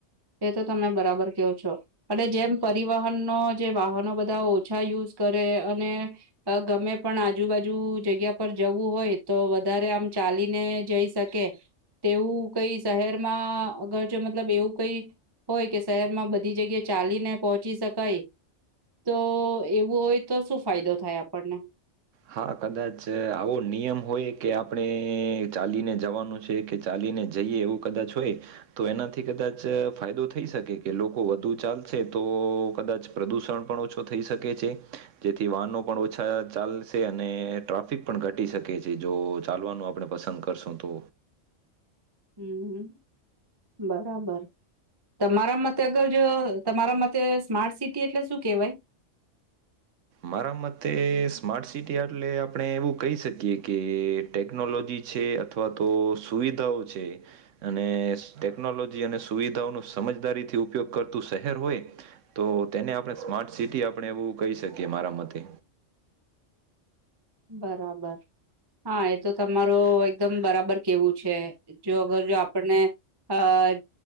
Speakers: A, on the right; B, on the right.
A: એ તો તમે બરાબર કેવ છો. અને જેમ પરિવહનનો જે વાહનો બધા ઓછા યુઝ કરે અને અ ગમે પણ આજુબાજુ જગ્યા પર જવું હોય તો વધારે આમ ચાલીને જઈ શકે તેવું કઈ શહેરમાં અગર જો મતલબ એવું કઈ હોય કે શહેરમાં બધી જગ્યાએ ચાલીને પહોંચી શકાય તો એવું હોય તો શું ફાયદો થાય આપણને
B: હા કદાચ આવો નિયમ હોય કે આપણે ચાલીને જવાનું છે કે ચાલી ને જઈએ એવું કદાચ હોય. તો એનાથી કદાચ ફાયદો થઈ શકે કે લોકો વધુ ચાલશે તો કદાચ પ્રદૂષણ પણ ઓછુ થઈ શકે છે જેથી વાહનો પણ ઓછા ચાલ છે અને ટ્રાફિક પણ ઘટી શકે છે જો ચાલવાનું આપણે પસંદ કરશું તો
A: હમ હ બરાબર તમારા મતે અગર જો તમારા માટે સ્માર્ટ સિટી એટલે શું કેવાય?
B: મારા મતે સ્માર્ટ સિટી એટલે આપણે એવું કહી શકીએ કે ટેકનોલોજી છે અથવા તો સુવિધાઓ છે. અને ટેકનોલોજી અને સુવિધાઓનો સમજદારીથી ઉપયોગ કરતું શહેર હોય તો તેને આપણે સ્માર્ટ સિટી આપણે એવું કહી શકીએ મારા મતે
A: બરાબર હા એ તો તમારું એકદમ બરાબર કેવું છે જો અગર જો આપણને અ